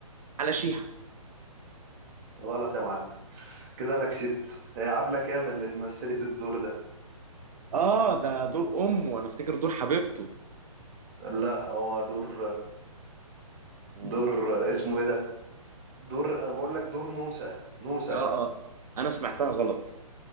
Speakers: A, on the right; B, on the right.
A: على شيحة
B: غلط يا معلم كده أنا كسبت هي عبلة كامل اللي مثلت الدور ده
A: اه ده دور امه وانا افتكر دور حبيبته
B: لا هو دور
A: مم.
B: دور اسمه إيه ده دور أنا بقول لك دور نوسة نوسة
A: اه
B: يس
A: اه انا سمعتها غلط